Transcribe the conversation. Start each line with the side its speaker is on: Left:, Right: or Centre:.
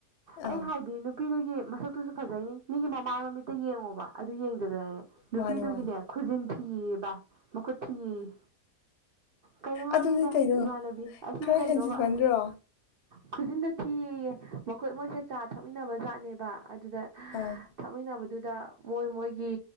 Right: ꯑꯩ
Left: ꯑꯥ
Right: ꯍꯥꯏꯗꯤ ꯅꯨꯄꯤꯗꯨꯒꯤ ꯃꯁꯛꯇꯨꯁꯨ ꯐꯖꯩꯅꯤ ꯃꯤꯒꯤ ꯃꯃꯥꯏ ꯃꯃꯤꯠꯇ ꯌꯦꯡꯉꯣꯕ ꯑꯗꯨ ꯌꯦꯡꯗꯗꯅꯅꯦ ꯅꯨꯄꯤꯗꯨꯒꯤꯅꯦ
Left: ꯃꯥꯅꯤ ꯃꯥꯅꯤ
Right: ꯈꯨꯖꯤꯟ ꯊꯤꯌꯦ ꯌ‌ꯦ ꯚꯥꯏ ꯃꯈꯨꯠ ꯊꯤꯌꯦ ꯌ‌ꯦ ꯀꯔꯤ ꯅ‌ꯣ ꯍꯥꯏꯕꯅꯤꯗ
Left: ꯑꯗꯨꯗꯤ ꯀꯩꯅꯣ
Right: ꯏꯃꯥꯟꯅꯕꯤ ꯑꯁꯤꯕꯨ
Left: ꯈꯔ
Right: ꯀꯩꯅꯣꯕ
Left: ꯍꯦꯟꯖꯤꯟꯃꯟꯗ꯭ꯔꯣ
Right: ꯈꯨꯖꯤꯟꯗ ꯊꯤꯌꯦ ꯌ‌ꯦ ꯃꯈꯣꯏ ꯃꯣꯏꯁꯦ ꯆꯥ ꯊꯛꯃꯤꯟꯅꯕ ꯖꯥꯠꯅꯦꯕ ꯑꯗꯨꯗ
Left: ꯑꯥ
Right: ꯊꯛꯃꯤꯟꯅꯕꯗꯨꯗ ꯃꯣꯏ ꯃꯣꯏꯒꯤ